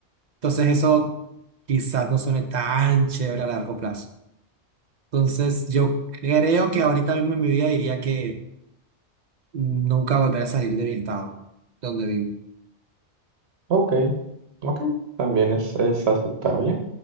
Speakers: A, on the right (about 45°); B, on the right (about 65°).
A: Entonces eso quizás no suene tan chévere a largo plazo. Entonces yo creo que ahorita mismo en mi vida diría que nunca volveré a salir de mi estado donde vivo.
B: Ok, ok, también es, es aceptable.